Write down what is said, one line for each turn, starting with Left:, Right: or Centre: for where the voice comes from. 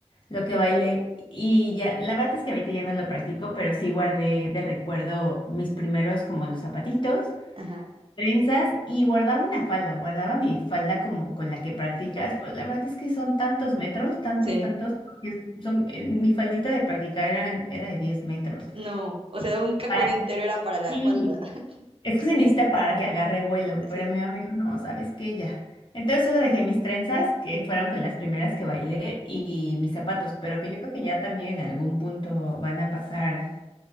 Left: lo que bailé y ya, la verdad es que ahorita ya no lo practico, pero sí guardé de recuerdo mis primeros como los zapatitos,
Right: ajá,
Left: trenzas y guardaba una falda, guardaba mi falda como con la que practicas, pues la verdad es que son tantos metros, tantos,
Right: sí,
Left: tantos, porque son, el- mi faldita de practicar eran, era de 10 metros.
Right: no, o sea, un cajón
Left: Para
Right: entero era para la
Left: sí,
Right: falda, <laughs>
Left: es que se necesita para que agarre vuelo, pero
Right: sí.
Left: mi mamá me dijo, no, ¿sabes qué? Ya. Entonces solo dejé mis trenzas, que fueron con las primeras que bailé, y mis zapatos, pero que yo creo que ya también en algún punto van a pasar